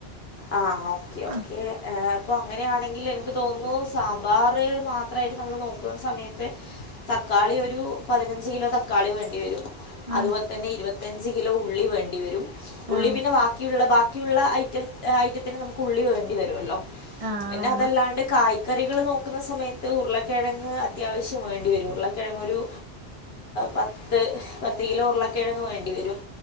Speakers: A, on the left; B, on the right.
A: ആ ഓക്കെ ഓക്കേ
B: ആഹ്
A: അപ്പൊ അങ്ങനെയാണെങ്കില് എനിക്ക് തോന്നുന്നു സാമ്പാർ മാത്രമായിട്ട് നമ്മൾ നോക്കുന്ന സമയത്ത് തക്കാളി ഒരു പതിനഞ്ച് കിലോ തക്കാളി വേണ്ടി വരും
B: ആഹ്
A: അതുപോലെ തന്നെ ഇരുപ അഞ്ച് കിലോ ഉള്ളി വേണ്ടിവരും ഉള്ളി
B: ആഹ്
A: പിന്നെ ബാക്കിയുള്ള ബാ ക്കിയുള്ള ഐറ്റം ഐറ്റത്തിന് നമുക്ക് ഉള്ളിൽ വേണ്ടിവരോല്ലോ
B: ആഹ്
A: പിന്നെ
B: വേണം
A: അതല്ലാണ്ട് കായ് കറികൾ നോക്കുന്ന സമയത്ത് ഉരുളക്കിഴങ്ങ് അത്യാവശ്യം വേണ്ടിവരും ഉരുളക്കിഴങ്ങൊരു പത്ത് പത്ത് കിലോ ഉരുളക്കിഴങ്ങ് വേണ്ടിവരും